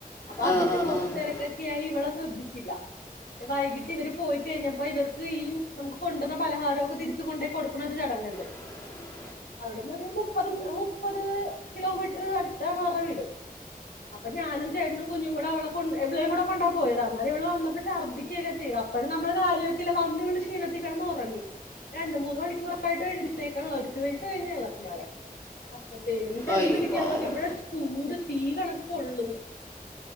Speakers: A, on the left; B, on the left.
A: അപ്പൊ
B: ആ
A: അതിന്റെ
B: ആ
A: കൊർച്ച്
B: ആ
A: തെരെക്കെക്കെ ആയി ഇവെളെ ശ്രദ്ധിച്ചില്ല ന്നെ വൈകിട്ട് ഇവര് പോയി കഴിഞ്ഞപ്പോ ഇവർക്ക് ഈ നമുക്ക് കൊണ്ടുവന്ന പലഹാരവാെക്കെ തിരിച്ചു കൊണ്ടാേയ് കൊട്ക്ക്ണൊര് ചടങ്ങ്ണ്ട്
B: ഉ
A: അവിടുന്നാെര് മുപ്പത് മുപ്പത് കിലോമീറ്റർ അട്ത്താണ് അവറ്ടെ വീട് അപ്പൊ ഞാനും ചേട്ടെനും കുഞ്ഞും കൂടെ അവളെ കൊൺ ഇവളെയും കൂടെ കൊണ്ടാ പോയെത് അന്നേരം ഇവെള് വന്നപ്പോ ചർദിക്കെയെക്കെ ചെയ്തു അപ്പഴും നമ്മള് കാര്യമാക്കീല്ലാ വന്ന് വള് ക്ഷീണത്തി കെടന്നാെറങ്ങി രണ്ട് മൂന്ന് മണിക്കൂറായിട്ടും എഴ്ന്നേക്ക്ണ്ല്ല ഒരു വയസ് കഴിഞ്ഞ് അപസ്മാരം അപ്പത്തേനും ചെന്ന്
B: അയ്യോ
A: വിളിക്കാൻ
B: പാവം
A: നോക്കിയപ്പഴാ ചൂട് തീ കണക്ക് പൊള്ള്ന്ന്